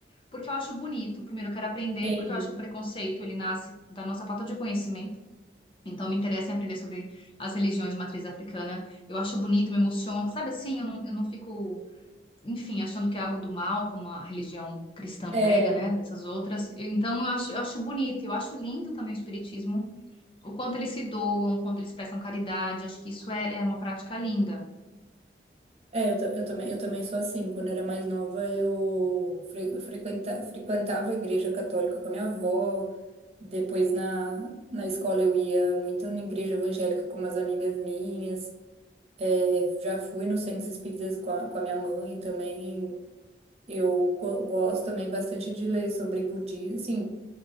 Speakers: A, on the left; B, on the right.
A: Porque eu acho bonito, primeiro eu quero aprender,
B: Sim.
A: porque eu acho que o preconceito, ele nasce da nossa falta de conhecimento. Então, me interessa em aprender sobre as religiões de matriz africana. Eu acho bonito, me emociono. Sabe assim, eu não, eu não fico enfim, achando que é algo do mal, como a religião cristã
B: É.
A: prega, né, dessas outras. Então, eu acho, eu acho bonito, eu acho lindo também o espiritismo, o quanto eles se doam, o quanto eles prestam caridade, acho que isso é, é uma prática linda.
B: É, eu, ta- eu também, eu também sou assim. Quando eu era mais nova, eu fre- frequenta- frequentava a igreja católica com a minha avó, Depois na, na escola eu ia muito na igreja evangélica com umas amigas minhas. É, já fui nos centros espíritas com a, com a minha mãe também. Eu go- gosto também bastante de ler sobre budismo. Assim,